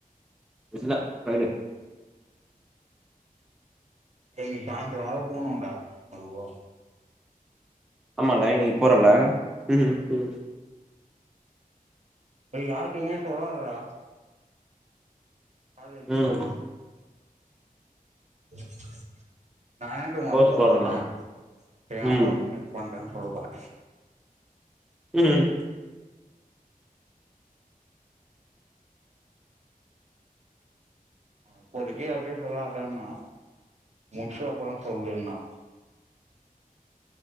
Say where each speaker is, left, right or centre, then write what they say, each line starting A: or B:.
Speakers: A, in the centre; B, on the right.
A: எஸ்டர்டே ஃபிரைடே
B: ஏ இன்னைக்கு சாயந்திரோ வேற போனுடா அதுவு
A: ஆமால லைன்நீ போறல ம் ம்
B: இத யார்ட்டமே சொல்லாதடா காலேஜ்கு
A: ம்
B: போன <unintelligible>
A: போஸ்ட்
B: சொல்ல
A: போடலா
B: போறே எங்க
A: ம்
B: அப்பா பிசினஸ் பண்றேன்னு சொல்ல போறே
A: ம்
B: அப்போதிக்கு யார்ட்டயு சொல்லாதன்னா முடிச்ச அப்றோ சொல்லுன்னா